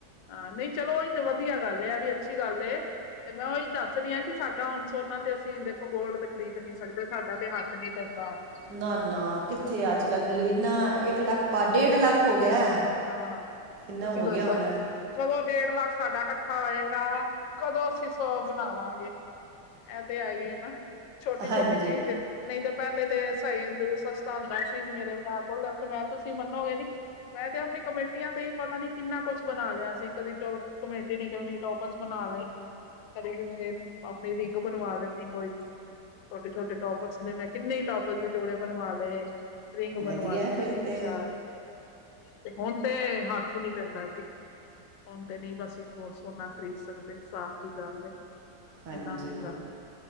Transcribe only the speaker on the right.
ਨਾ-ਨਾ, ਕਿੱਥੇ ਅੱਜ-ਕੱਲ੍ਹ ਮੈਨੂੰ ਇੰਨਾ ਇੱਕ ਲੱਖ ਪਾ ਡੇਢ ਲੱਖ ਹੋ ਗਿਆ।
ਇੰਨਾ
ਹੋ
ਗਿਆ ਹੋਣਾ ਹੈ।
ਹਾਂਜੀ
ਵਧੀਆ
ਹੈ ਫਿਰ
ਤੇ
ਹਾਂਜੀ